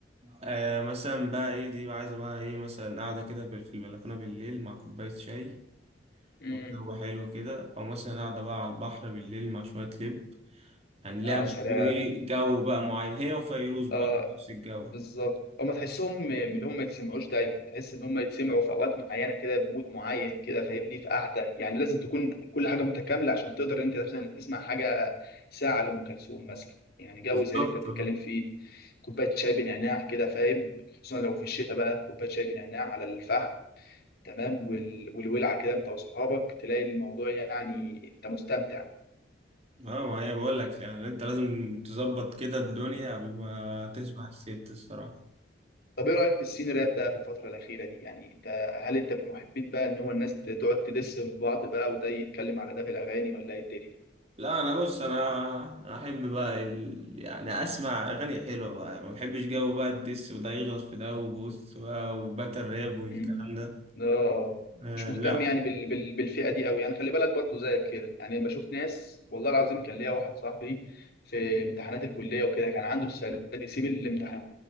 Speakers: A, on the right (about 35°); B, on the left (about 55°).
A: آه مثلا بقى ايه دي عايزه بقى ايه مثلا قاعده كده في في البلكونه بالليل مع كوبايه شاي
B: امم
A: الجو حلو كده او مثلا قاعده بقى على البحر بالليل مع شويه لب يعني ليها
B: يا سلام
A: برضه ايه جو بقى معين هي وفيروز برضه
B: اه
A: نفس الجو
B: بالظبط هم تحسهم م- من اللي هم ما يتسمعوش دايما تحس ان هم يتسمعوا في اوقات معينه كده بمود معين كده فاهمني في قعده يعني لازم تكون كل حاجه متكامله عشان تقدر انت مثلا تسمع حاجه ساعه لام كلثوم مثلا يعني جو
A: بالظبط
B: زي اللي انت بتتكلم
A: آه.
B: فيه كوبايه شاي بنعناع كده فاهم خصوصا لو في الشتاء بقى كوبايه شاي بنعناع على الفحم تمام وال... والولعه كده انت واصحابك تلاقي الموضوع يعني انت مستمتع
A: اه ما هي بقول لك يعني انت لازم تظبط كده الدنيا قبل ما تسمع الست الصراحه
B: طب ايه رايك في السين راب بقى في الفتره الاخيره دي يعني انت هل انت من محبين بقى ان هو الناس تقعد تدس في بعض بقى وده يتكلم على ده في الاغاني ولا ايه الدنيا
A: لا انا بص انا أنا احب بقى ال... يعني اسمع اغاني حلوه بقى ما بحبش جو بقى الدس وده يغلط في ده وبص بقى وباتل راب
B: <clears throat>
A: والكلام
B: مم.
A: ده
B: اه آه.
A: آه
B: مش مهتم
A: لا
B: يعني بال... بال... بالفئه دي قوي يعني خلي بالك برضو زيك كده يعني لما بشوف ناس والله العظيم كان ليا واحد صاحبي في امتحانات الكليه وكده كان عنده السنه دي يسيب الامتحانات